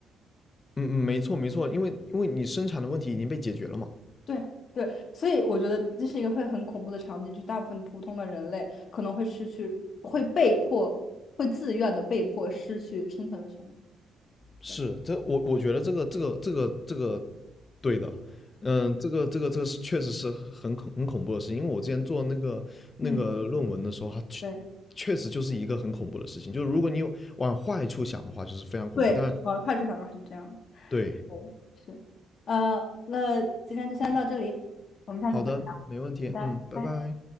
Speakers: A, on the left; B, on the left.
A: 嗯嗯，没错，没错，因为因为你生产的问题已经被解决了嘛。
B: 对对，所以我觉得这是一个会很恐怖的场景，就是大部分普通的人类可能会失去，会被迫，会自愿的被迫失去生存的权利。
A: 是，
B: 对，
A: 这我我觉得这个这个这个这个对的，嗯，这个这个这个是确实是很恐很恐怖的事情，因为我之前做那个那个论文的时候，
B: 嗯，
A: 它确
B: 对
A: 确实就是一个很恐怖的事情，就是如果你有往坏处想的话，就是非常恐怖。
B: 对，
A: 但
B: 是往坏处想的话是这样的。
A: 对，
B: 对，是，呃，那今天就先到这里，我们下次再聊。
A: 好的，没问题，
B: 好的，
A: 嗯，拜拜。
B: 拜。